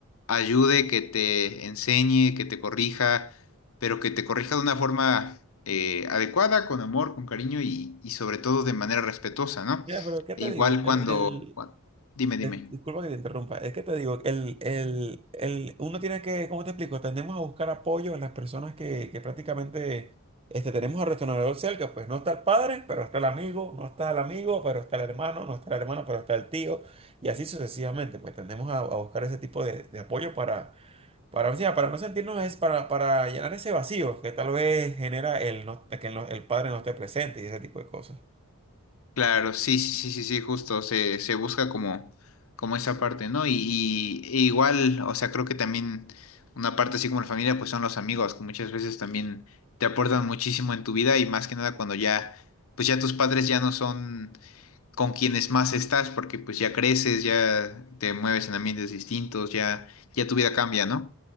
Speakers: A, on the left; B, on the right.
A: ayude, que te enseñe, que te corrija, pero que te corrija de una forma eh, adecuada, con amor, con cariño y, y sobre todo de manera respetuosa, ¿no?
B: Mira, pero ¿qué te
A: E igual
B: digo? El,
A: cuando,
B: el-
A: cua- Dime, dime.
B: eh, disculpa que te interrumpa, es que te digo, el, el, el, uno tiene que, ¿cómo te explico? Tendemos a buscar apoyo en las personas que, que prácticamente este, tenemos al retornador cerca, pues no está el padre, pero está el amigo, no está el amigo, pero está el hermano, no está el hermano, pero está el tío, y así sucesivamente, pues tendemos a, a buscar ese tipo de, de apoyo para, para, o sea, para no sentirnos, es para, para llenar ese vacío que tal vez genera el, no- que el no- el padre no esté presente y ese tipo de cosas.
A: Claro, sí, sí, sí, sí, sí, justo, se, se busca como, como esa parte, ¿no? Y, y- e igual, o sea, creo que también una parte así como la familia, pues son los amigos, que muchas veces también te aportan muchísimo en tu vida y más que nada cuando ya, pues ya tus padres ya no son con quienes más estás, porque pues ya creces, ya te mueves en ambientes distintos, ya, ya tu vida cambia, ¿no?